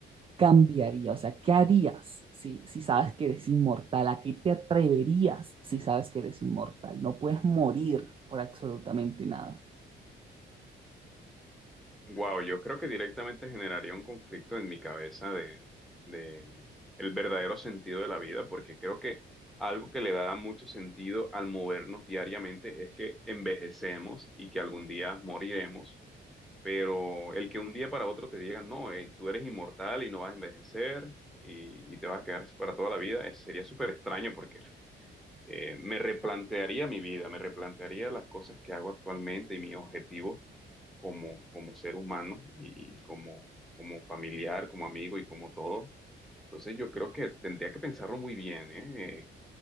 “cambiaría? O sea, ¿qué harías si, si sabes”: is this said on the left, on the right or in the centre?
Right